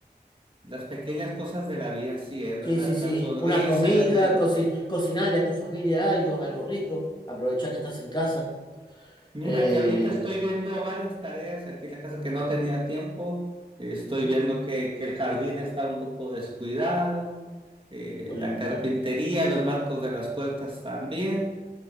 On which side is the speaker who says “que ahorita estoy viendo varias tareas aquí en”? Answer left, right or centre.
Right